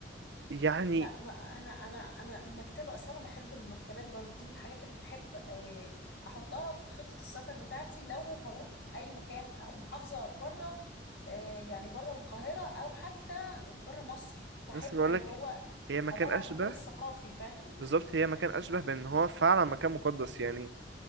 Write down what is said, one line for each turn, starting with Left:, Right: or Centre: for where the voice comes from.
Right: يعني
Left: لا ما انا انا انا مكتبة اصلا انا بحب المكتبات برضه دي من الحاجات اللي بحب آه، احطها في خطة السفر بتاعتي لو هروح اي مكان او محافظة بره آه، يعني بره القاهرة او حتى بره مصر بحب
Right: بس بقول
Left: اللي
Right: لك
Left: هو
Right: هي مكان
Left: ادور
Right: أشبه
Left: على المكان الثقافي فاهم
Right: بالظبط هي مكان أشبه بإن هو فعلا مكان مقدس يعني